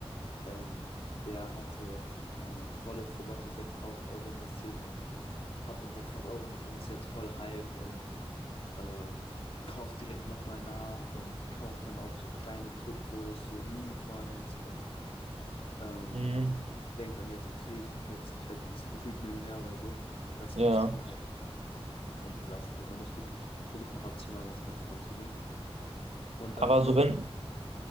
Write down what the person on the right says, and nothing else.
Mhm.
Ja.
Aber
so wenn,